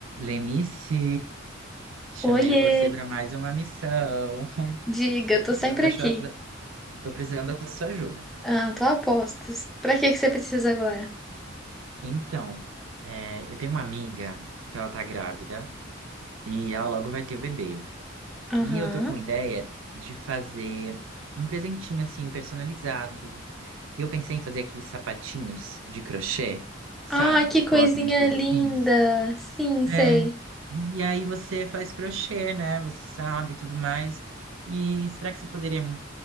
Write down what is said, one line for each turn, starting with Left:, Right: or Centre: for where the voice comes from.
Right: Lenice, chamei
Centre: Oiê!
Right: você para mais uma missão. <laughs>
Centre: Diga,
Right: Tô
Centre: tô
Right: precisando
Centre: sempre
Right: da
Centre: aqui.
Right: sua, tô precisando da sua ajuda.
Centre: Ah, tô a postos. Pra que que você precisa agora?
Right: Então, é, eu tenho uma amiga que ela tá grávida e ela logo vai ter o bebê.
Centre: Aham.
Right: E eu tô com ideia de fazer um presentinho assim personalizado. E eu pensei em fazer aqueles sapatinhos de crochê, sabe,
Centre: Ai, que
Right: que
Centre: coisinha
Right: colocam nos bebezinhos.
Centre: linda! Sim, sei.
Right: É, e aí você faz crochê, né? Você sabe, e tudo mais. E será que você poderia me...